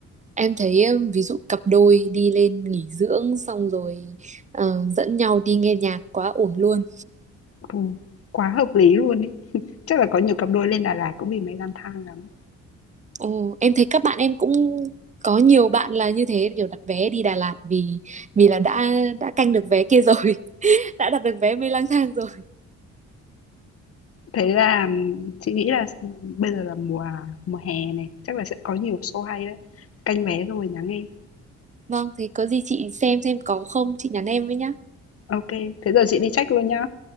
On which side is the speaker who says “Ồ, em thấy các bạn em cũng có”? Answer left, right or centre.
Right